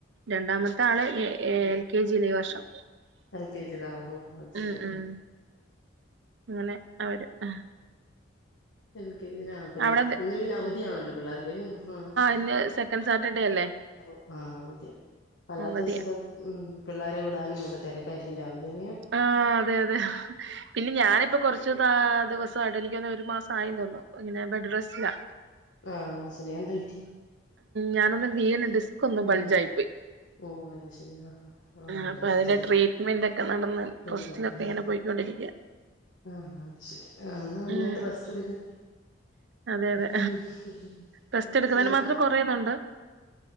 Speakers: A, on the right (about 65°); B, on the left (about 65°).
A: രണ്ടാമത്തെ ആള് എൽ കെ ജി ഈ വർഷം
B: എൻ കെജി ലാവ അത്
A: ഉം
B: ശരി
A: ഉം അങ്ങനെ അവര് ആഹ്
B: എൽ കെ ജി ആ പിള്ള
A: അവിടെ
B: ഇന്ന് പിന്നെ അവധിയാണല്ലോ പിള്ളേർക്ക്ന്നെയ ആഹ്
A: ഇന്ന് സെക്കൻഡ് സാറ്റർഡേ അല്ലേ
B: അവധി ആഹ് അതയ വല്ലാത്ത
A: അവധിയാ
B: ദിവസക്കെ ഉം പിള്ളാരെ വിടാനുക്കെ തിര ഇപ്പായിരിക്കും രാവിലെന്നെ
A: ആഹ് അതെ അതെ പിന്നെ ഞാനിപ്പോ കുറച്ച് ദിവസമായിട്ട എനിക്ക് തോന്നുന്ന ഒരു മാസം ആ തോന്നു ഇങ്ങനെ ബെഡ് സ്റ്റില
B: ആഹ് അത് ശരി എന്തു പറ്റി
A: ഞാനൊന്ന് വീണു ഡിസ്ക് ഒന്ന്
B: പിന്നെ
A: പഞ്ചായി പോയി
B: ഓ അത് ശരി ആഹ് ആഹ്
A: ആ അപ്പൊ
B: റെസ്റ്റ്
A: അതിന്റെ
B: എടുക്ക്
A: ട്രീറ്റ്മെന്റ് ഒക്കെ നടന്ന്
B: പിന്നെ
A: ട്രസ്റ്റിലൊക്കെ
B: ആഹ്
A: ഇങ്ങനെ പോയിക്കൊണ്ടിരിക്കുക
B: ആഹ് അത് ശരി ആ എന്നാ നന്നായിട്ട്
A: ഉം
B: റെസ്റ്റ് എടുക്ക
A: അതെ അതെ
B: ഉം
A: റെസ്റ്റ് എടുക്കുന്നതിന്
B: ശരി ആഹ് അപ്പം
A: മാത്രം കൊറയുന്നുണ്ട്